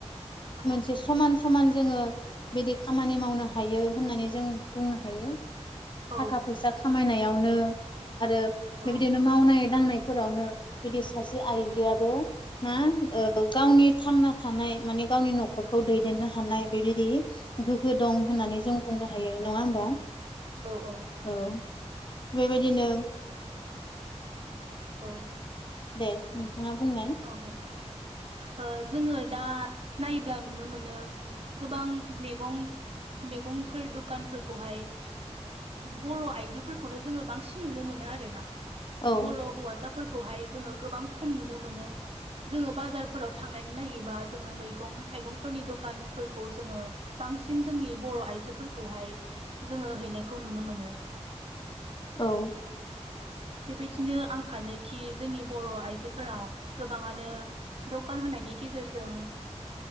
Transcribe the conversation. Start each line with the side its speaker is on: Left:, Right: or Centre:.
Right: औ
Left: मोनसे समान समान जोङो बिदि खामानि मावनो हायो होननानै जों बुंनो हायो
Right: औ
Left: थाखा फैसा खामायनायावनो आरो
Right: औ
Left: बिदिनो मावनाय दांनायफोरावनो बिदि सासे आइजोआबो मा ओ गावनि
Right: औ
Left: थांना थानाय मानि गावनि न'खरखौ दैदेननो हानाय बेबायदि गोहो दं होननानै
Right: औ
Left: जों बुंनो हायो नङा होमबा
Right: औ औ
Left: औ बेबायदिनो
Right: औ
Left: दे नोंथांआ बुंनाय
Right: औ औ जोङो दा नायोब्ला नुनो मोनो गोबां मैगं मैगंफोर दखानफोरखौ हाय बर' आइजोफोरखौनो जोङो बांसिन नुनो मोनो आर ना
Left: औ
Right: बर' हौवासाफोरखौहाय जोङो गोबां खम नुनो मोनो जोङो बाजारफोराव थांनानै नायोबा जोङो मैगं थाइगंफोरनि दखानफोरखौ जोङो बांसिन जोंनि बर' आइजोफोरखौहाय जोङो हैनायखौ नुनो मोनो
Left: औ
Right: बेबायदिनो आं सानोखि जोंनि बर' आइजोफोरा गोबाङानो दखान होनायनि गेजेरजों